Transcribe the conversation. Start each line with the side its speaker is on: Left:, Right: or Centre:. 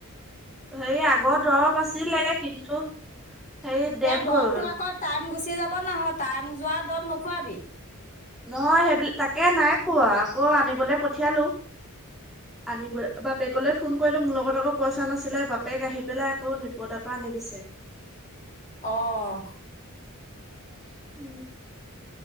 Centre: হেই আগত দৰৱ আছিলে কিন্তু হেৰি ডেট
Left: এই দৰবটো
Centre: গ'ল
Left: আকৌ টাইম গুচি যাব নহয় টাইম যোৱা দৰবৱ নোখোৱাবি।
Centre: নহয় সেইবিল তাকে নাই খোৱা আকৌ আনিবলৈ পঠিয়ালো। আনিব বাপেকলৈ ফোন কৰিলো মোৰ লগত আকৌ পইচা নাছিলে বাপেক আহি পেলাই আকৌ নিপদাৰ পৰা অনিদিছে
Left: অঁ
Centre: <unintelligible>